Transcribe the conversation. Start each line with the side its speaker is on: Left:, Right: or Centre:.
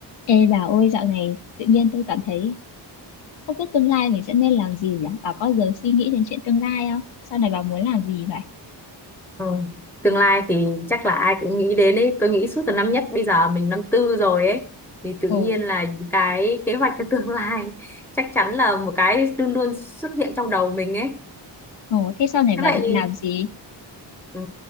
Left: Ê bà ơi dạo này tự nhiên tôi cảm thấy không biết tương lai mình sẽ nên làm gì nhỉ? Bà có giờ suy nghĩ đến chuyện tương lai không? Sau này bà muốn làm gì vậy?
Centre: Ừ. Tương lai thì chắc là ai cũng nghĩ đến ấy. Tôi nghĩ suốt từ năm nhất bây giờ mình năm tư rồi ấy thì tự
Left: Ồ,
Centre: nhiên là những cái kế hoạch cho tương lai <laughs> chắc chắn là một cái luôn luôn xuất hiện trong đầu mình ấy.
Left: ồ thế sau này
Centre: Thế
Left: bà
Centre: vậy
Left: định làm gì?
Centre: ừ,